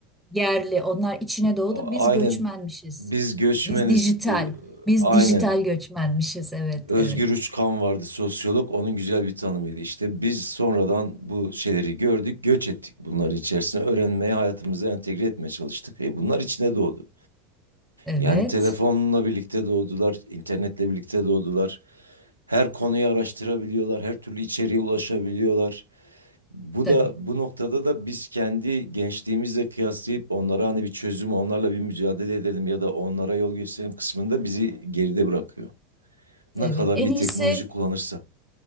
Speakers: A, in the centre; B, on the right.
A: yerli. Onlar içine doğdu.
B: O-
A: Biz
B: Aynen
A: göçmenmişiz.
B: biz göçmeniz
A: Biz dijital.
B: bu
A: Biz
B: aynen
A: dijital göçmenmişiz. Evet,
B: Özgür
A: evet,
B: Uçkan vardı sosyolog. Onun güzel bir tanımıydı. İşte biz sonradan bu şeyleri gördük, göç ettik bunların içerisine. Öğrenmeye, hayatımıza entegre etmeye çalıştık. E bunlar içine doğdu.
A: evet.
B: Yani telefonla birlikte doğdular, internetle birlikte doğdular. Her konuyu araştırabiliyorlar, her türlü içeriğe ulaşabiliyorlar. Bu
A: Tabii.
B: da bu noktada da biz kendi gençliğimizle kıyaslayıp onlara hani bir çözüm, onlarla bir mücadele edelim ya da onlara yol gösterelim kısmında bizi geride bırakıyor. Ne
A: Evet.
B: kadar
A: En
B: iyi
A: iyisi.
B: teknoloji kullanırsa.